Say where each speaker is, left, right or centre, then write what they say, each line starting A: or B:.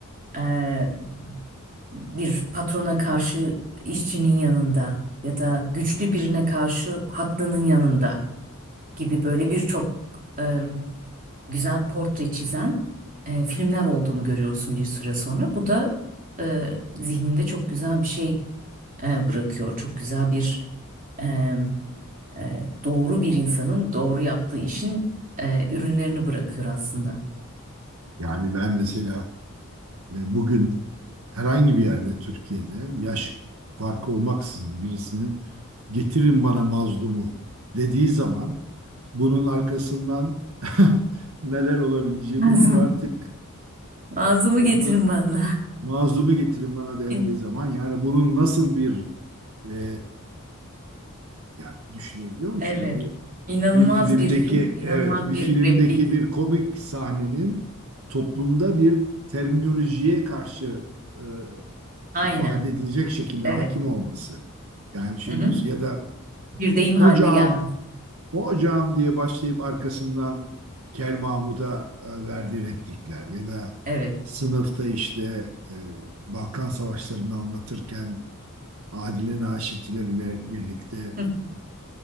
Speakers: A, on the right (about 40°); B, on the right (about 80°).
A: eee, bir patrona karşı işçinin yanında ya da güçlü birine karşı haklının yanında gibi böyle birçok eee, güzel portre çizen eee, filmler olduğunu görüyorsun bir süre sonra. Bu da eee, zihninde çok güzel bir şey eee, bırakıyor. Çok güzel bir eee, eee, doğru bir insanın doğru yaptığı işin eee, ürünlerini bırakıyor aslında.
B: Yani ben mesela e, bugün herhangi bir yerde Türkiye'de yaş farkı olmaksızın birisinin getirin bana mazlumu dediği zaman bunun arkasından <laughs> neler olabileceğini
A: Nazım,
B: bunun artık
A: Nazım'ı getirin
B: bunu
A: bana.
B: mazlumu getirin bana dendiği
A: <laughs>
B: zaman yani bunun nasıl bir e, ya düşünebiliyor musun
A: Evet.
B: bir
A: İnanılmaz
B: bir filmdeki
A: bir film, inanılmaz
B: evet bir
A: bir
B: filmdeki
A: replik.
B: bir komik sahnenin toplumda bir terminolojiye karşı e,
A: Aynen.
B: ifade edilecek şekilde
A: Evet.
B: hakim olması. Yani düşünüyorsun
A: Hı hı.
B: ya da
A: Bir deyim haline
B: hocam,
A: gelmez.
B: hocam diye başlayıp arkasından Kel Mahmud'a e, verdiği replikler ya da
A: Evet.
B: sınıfta işte e, Balkan Savaşları'nı anlatırken Adile Naşit ile bile birlikte
A: <laughs>